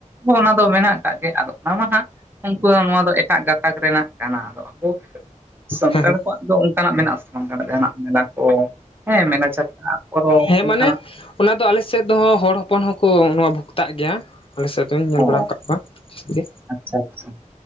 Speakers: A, on the right (about 15°); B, on the left (about 45°).
A: ᱚᱱᱟ ᱫᱚ ᱢᱮᱱᱟᱜ ᱠᱟᱫ ᱜᱮ ᱟᱫᱚ ᱚᱱᱟ ᱢᱟ ᱦᱟᱸᱜ ᱩᱱᱠᱩ ᱱᱚᱣᱟ ᱫᱚ ᱮᱴᱟᱜ ᱜᱟᱛᱟᱠ ᱨᱮᱱᱟᱜ ᱠᱟᱱᱟ ᱟᱫᱚ <unintelligible> ᱥᱟᱱᱛᱟᱲ
B: ᱦᱮᱸ
A: ᱠᱚᱣᱟᱜ ᱫᱚ ᱚᱱᱠᱟᱱᱟᱜ ᱢᱮᱱᱟᱜ ᱟᱥᱮ ᱵᱟᱝ ᱠᱟᱱᱟ ᱡᱟᱦᱟᱸᱱᱟᱜ ᱢᱮᱞᱟ ᱠᱚ ᱦᱮᱸ ᱢᱮᱞᱟ ᱪᱷᱟᱛᱟ ᱯᱚᱨᱚᱵᱽ
B: ᱦᱮᱸ
A: ᱚᱱᱠᱟᱱᱟᱜ
B: ᱢᱟᱱᱮ ᱚᱱᱟ ᱫᱚ ᱟᱞᱮᱥᱮᱫ ᱫᱚ ᱦᱚᱲ ᱦᱚᱯᱚᱱ ᱦᱚᱸᱠᱚ ᱱᱚᱣᱟ ᱵᱷᱚᱠᱛᱟᱜ ᱜᱮᱭᱟ ᱟᱞᱮᱥᱮᱫ ᱫᱚ <unintelligible> ᱧᱮᱞ
A: ᱚ
B: ᱵᱟᱲᱟ ᱠᱟᱫ ᱠᱚᱣᱟ ᱡᱟᱹᱥᱛᱤ
A: ᱟᱪᱪᱷᱟ ᱟᱪᱪᱷᱟ